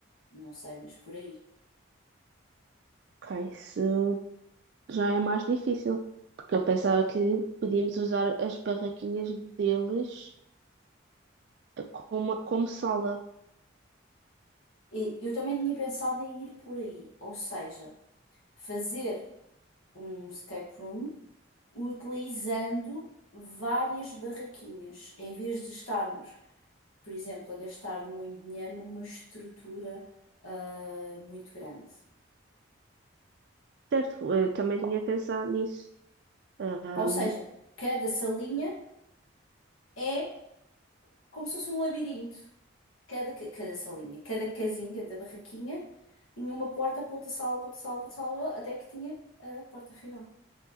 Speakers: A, on the left (about 85°); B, on the right (about 55°).
A: não sei, mas por aí.
B: ok, se já é mais difícil, porque eu pensava que podíamos usar as barraquinhas deles como, como sala.
A: E eu também tinha pensado em ir por aí, ou seja, fazer um escape room utilizando várias barraquinhas, em vez de estarmos, por exemplo, a gastar muito dinheiro numa estrutura ah, muito grande.
B: Certo, eu também tinha pensado nisso. Ahm,
A: Ou seja, cada salinha é como se fosse um labirinto. Cada, ca- cada salinha, cada casinha da barraquinha tinha uma porta para outra sala, para outra sala, para outra sala, até que tinha a porta final.